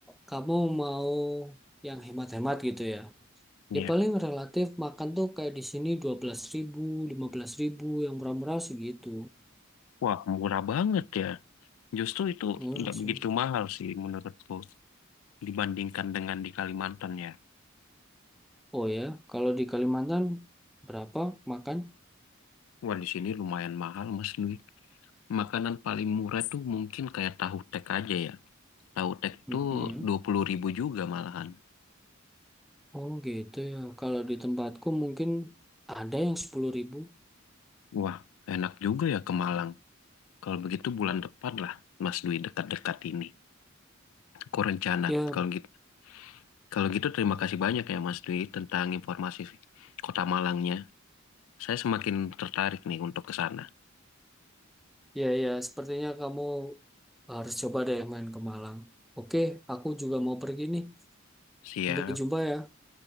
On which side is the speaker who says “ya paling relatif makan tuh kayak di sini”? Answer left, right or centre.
Centre